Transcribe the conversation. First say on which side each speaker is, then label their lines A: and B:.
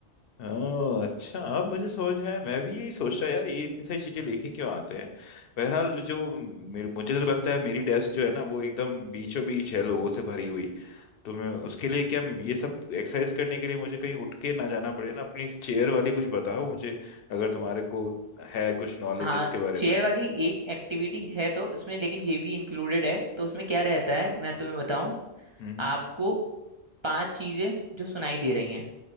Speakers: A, on the left; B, on the right.
A: ओह अच्छा अब मुझे समझ में आया मैं भी यही सोच रहा यार ये इतनी सारी चीजें लेके क्यों आते हैं बहरहाल जो मेरे मुझे तो लगता है मेरी डेस्क जो है ना वो एकदम बीचों बीच है लोगों से भरी हुई तो मैं उसके लिए क्या ये सब एक्सरसाइज करने के लिए मुझे कहीं उठ के ना जाना पड़े ना अपनी चेयर वाली कुछ बताओ मुझे अगर तुम्हारे को है कुछ नॉलेज
B: हाँ
A: इसके बारे
B: चेयर
A: में तो
B: वाली एक एक्टिविटी है तो उसमें लेकिन ये भी इंक्लूडेड है तो उसमें क्या रहता है मैं तुम्हें बताऊं
A: हम्म
B: आपको पांच चीजें जो सुनाई दे रही हैं